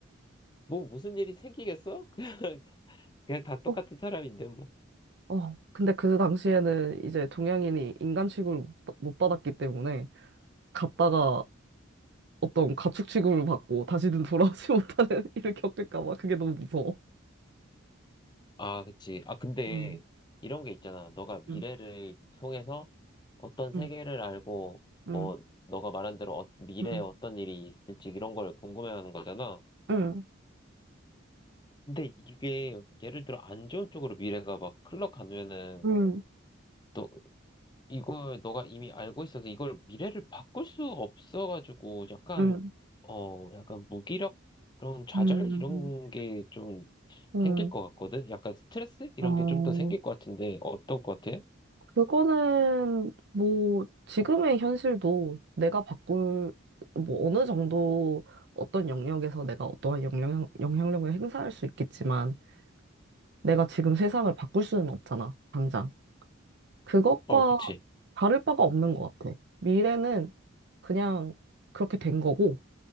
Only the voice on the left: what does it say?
뭐 무슨 일이 생기겠어? <laughs> 그냥, 사- 그냥 다 똑같은
사람인데, 뭐.
아, 그치. 아, 근데
이런 게 있잖아. 너가 미래를
통해서 어떤 세계를
알고, 뭐,
너가 말한 대로 어- 미래에
어떤 일이 있을지 이런 걸 궁금해하는 거잖아.
근데 이게 예를 들어 안 좋은 쪽으로 미래가 막 흘러가면은
또 이걸 너가 이미 알고 있어서 이걸 미래를 바꿀 수 없어가지고 약간
어 약간 무기력 그런 좌절
이런
게 좀
생길 것 같거든. 약간 스트레스 이런
게 좀 더 생길 것 같은데 어떨 것 같아?
어, 그치.